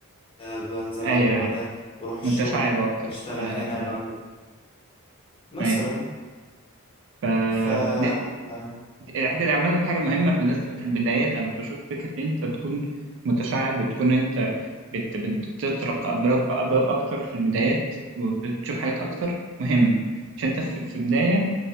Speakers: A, on the left (about 25°); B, on the right (about 55°).
A: ده، بنزل
B: ايوه
A: أقعد مع
B: ايوه
A: ده بروح الشغل
B: متشعب اكتر
A: بشتغل
B: ف... ف...
A: هنا بعمل مثلا
B: ايوه ف
A: ف
B: دي
A: آه
B: الحاجة دي عامة حاجة مهمة بالذات في البدايات أنا بشوف فكرة إن أنت تكون متشعب بتكون أنت بت... بتطرق أبواب أبواب أكتر في البدايات وبتشوف حاجات أكتر مهم عشان أنت في في بداية